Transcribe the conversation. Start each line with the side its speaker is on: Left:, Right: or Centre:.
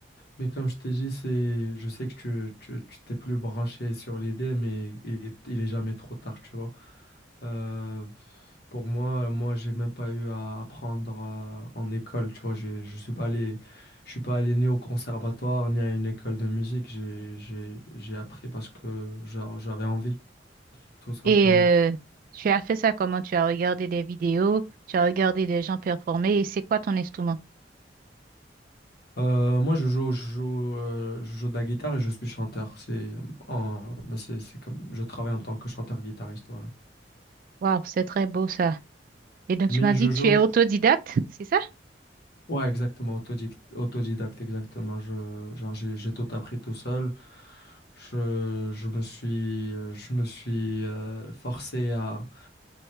Left: Mais comme je t'ai dit, c'est, je sais que tu, tu, tu t'es plus branché sur l'idée, mais il est, il est jamais trop tard, tu vois. Euh, pour moi, moi, j'ai même pas eu à apprendre euh, en école, tu vois. J'ai, je suis pas allé, je suis pas allé ni au conservatoire ni à une école de musique. J'ai, j'ai, j'ai appris parce que genre, j'avais envie, tout simplement.
Right: Et euh, tu as fait ça comment? Tu as regardé des vidéos, tu as regardé des gens performer. Et c'est quoi ton instrument?
Left: Euh, moi, je joue, je joue, euh, je joue de la guitare et je suis chanteur. C'est en, bah, c'est, c'est comme, je travaille en tant que chanteur-guitariste, voilà.
Right: Waouh, c'est très beau ça. Et donc,
Left: Mais
Right: tu m'as
Left: je
Right: dit
Left: joue,
Right: que tu es autodidacte, c'est ça?
Left: Ouais, exactement, autodic- autodidacte, exactement. Je, genre, j'ai, j'ai tout appris tout seul. Je, je me suis, euh, je me suis euh, forcé à,